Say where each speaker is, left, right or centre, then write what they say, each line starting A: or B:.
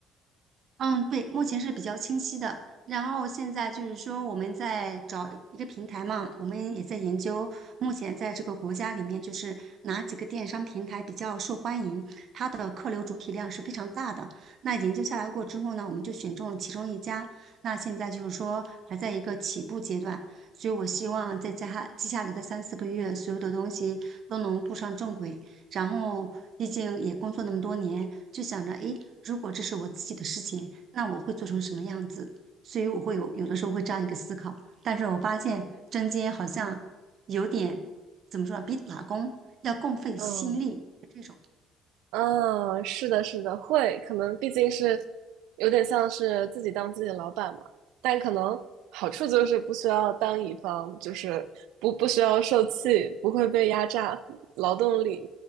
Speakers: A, on the right; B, on the right.
A: 嗯，对，目前是比较清晰的。然后现在就是说，我们在找一个平台嘛，我们也在研究，目前在这个国家里面，就是哪几个电商平台比较受欢迎，它的客流主体量是非常大的。那研究下来过之后呢，我们就选中了其中一家。那现在就是说还在一个起步阶段，所以我希望在接下接下来的三四个月，所有的东西都能步上正轨。然后，毕竟也工作那么多年，就想着，诶，如果这是我自己的事情。那我会做成什么样子？所以我会有有的时候会这样一个思考，但是我发现针尖好像有点怎么说呢，
B: 嗯
A: 比打工要更费心力这种。
B: 嗯，哦，是的，是的，会，可能毕竟是有点像是自己当自己的老板嘛，但可能好处就是不需要当乙方，就是不不需要受气，不会被压榨，劳动力